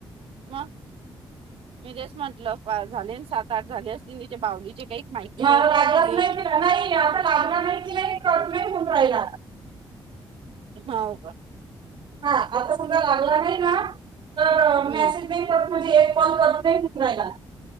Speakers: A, on the right (about 75°); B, on the right (about 55°).
A: मग. मी तेच म्हंटलं पा झाले सात आठ झाले असतील तिच्या बावलीचे काही माहिती
B: मला
A: नाही पत
B: लागलाच
A: व तिले
B: नाही की नाही. <unintelligible> नाही होऊन राहिला.
A: हाव का?
B: हा आता समजा लागला नाही ना तर
A: हम्म
B: मेसेज नाही करत म्हणजे एक कॉल कर ते कुठे राहिला.